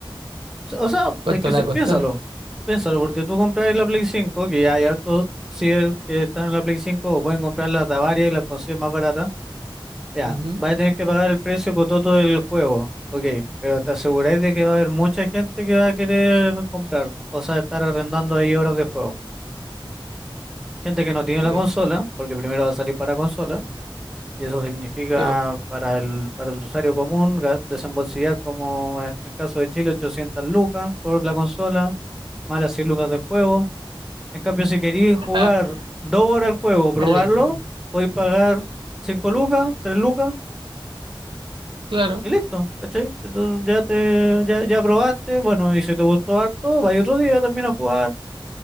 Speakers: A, in the centre; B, on the right.
A: o sea,
B: ¿cuánto
A: es que
B: le
A: si-
B: va a costar?
A: piénsalo, piénsalo, porque tú compras la Play 5 que ya hay hartos ciber que están en la Play 5 o pueden comprar las de a varias y las consigues más baratas. Ya,
B: Ujú.
A: vas a tener que pagar el precio cototo del juego, ok, pero te aseguráis de que va a haber mucha gente que va a querer comprar, o sea, estar arrendando ahí horas de juego. Gente que no tiene la
B: Sí,
A: consola, porque primero va a salir para consola Y eso significa
B: sí, po.
A: para el, para el usuario común ga- desembolsillar como eh, en caso de Chile 800 lucas por la consola, más las 100 lucas del juego. En cambio, si queréis jugar
B: <laughs>
A: dos horas el juego,
B: Caleta.
A: probarlo, podéis pagar 5 lucas, 3 lucas
B: Claro.
A: y listo, ¿cachai? Entonces ya te ya, ya probaste, bueno, y si te gustó harto, vais otro día también a jugar.